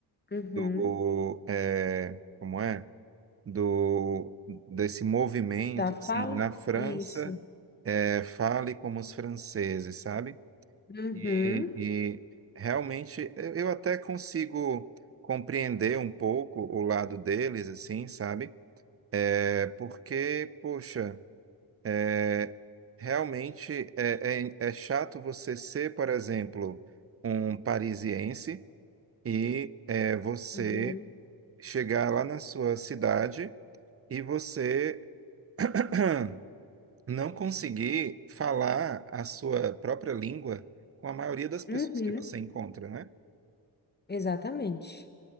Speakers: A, on the left; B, on the right.
A: Uhum.
B: do é, como é? Do, desse movimento,
A: da fala?
B: assim, na França,
A: Isso.
B: é, fale como os franceses, sabe?
A: Uhum.
B: E, e realmente eu eu até consigo compreender um pouco o lado deles, assim, sabe? É porque, poxa. é, Realmente é, é, é chato você ser, por exemplo, um parisiense e é, você
A: Uhum.
B: chegar lá na sua cidade e você <clears throat> não conseguir falar a sua própria língua com a maioria das pessoas
A: Uhum.
B: que você encontra, né?
A: Exatamente.